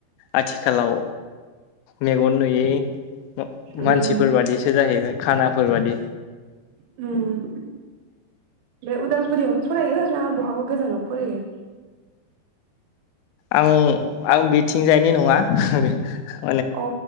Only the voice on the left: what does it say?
आथिखालाव मेगन नुयै मा
मानसिफोर बादिसो जाहैबाय खानाफोर बादि
आं आं बिथिंजायनि नङा हो